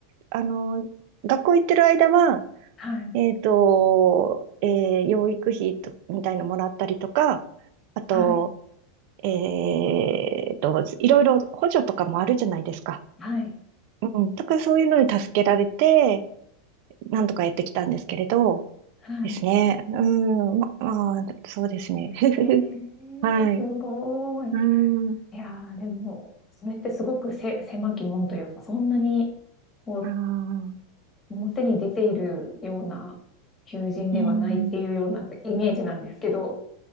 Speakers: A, on the right (about 55°); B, on the left (about 25°).
A: あの、学校行ってる間は、
B: はい。
A: えっと、えー養育費とみたいのもらったりとか、あと、
B: はい。
A: えっと、いろいろ補助とかもあるじゃないですか。
B: はい。
A: うん、とかそういうのに助けられて、なんとかやってきたんですけれど、
B: はい。
A: ですね。うん、ま、まあ、そうですね。
B: ですね。
A: <laughs> はい。
B: すごい。
A: う
B: いやー、
A: ん、
B: でも、それってすごくせ、狭き門というか、そんなに、こう、
A: ああ、
B: 表に出ているような求人ではないっていうようなイメージなんですけど、
A: うん。